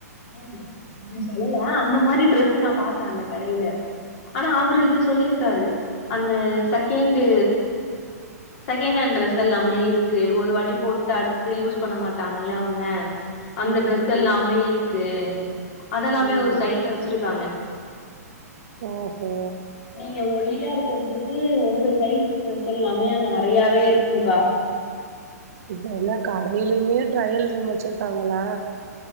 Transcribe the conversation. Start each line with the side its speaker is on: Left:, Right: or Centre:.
Left: ம்ஹு அப்டி சொல்லல அந்த மாரி ட்ரெஸ் நா பாத்த அந்த கடையில ஆனா அவுரு இது சொல்லிருக்காரு அந்த செகண்டு் செகண்ட் ஹாண்ட் ட்ரெஸ் எல்லாமே இருக்கு ஒரு வாட்டி போட்டு அடுத்து யூஸ் பண்ண மாட்டாங்கல்ல அவுங்க அந்த
Right: ம்
Left: ட்ரெஸ் எல்லாமே இருக்கு அதெல்லாமே
Right: ம்
Left: ஒரு சைட்ல வச்சுருக்காங்க
Right: ஓஹோ
Left: நீங்க ஒல்லியாருக்கிறத்துக்கு உங்க சைஸ் ட்ரஸ் எல்லாமே அங்க நெறையாவே இருக்குங்க்கா
Right: இப்ப எல்லா கடையிலயுமே ட்ரையல் ரூம் வச்சுருக்காங்கலா